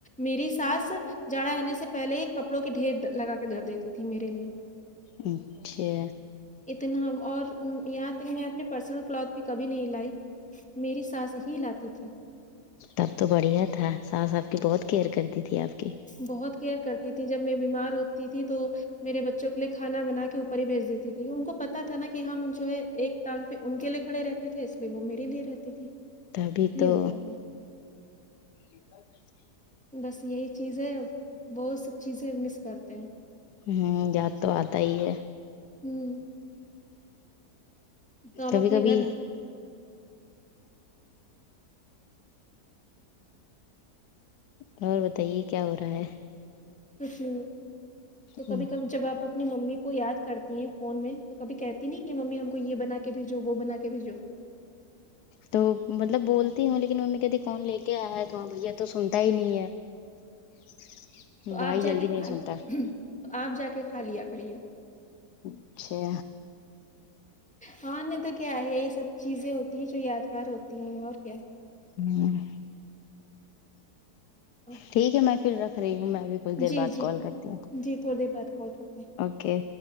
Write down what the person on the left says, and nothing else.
اچھا
تب تو بڑھیا تھا ساس آپ کی بہت کیئر کرتی تھی آپ کی
تبھی تو
<unintelligible>
ہمم یاد تو آتا ہی ہے
کبھی
کبھی
اور بتائیے کیا ہو رہا ہے
ہے
تو مطلب بولتی ہوں لیکن ممی کہتی کون لے کے آیا ہے تو ہاں بھیا تو سنتا ہی نہیں ہے
بھائی
جلدی
نہیں
سنتا ہے
اچھا
ہمم
ٹھیک ہے میں پھر رکھ رہی ہوں میں ب کچھ دیر
بعد
کال کرتی ہوں
اوکے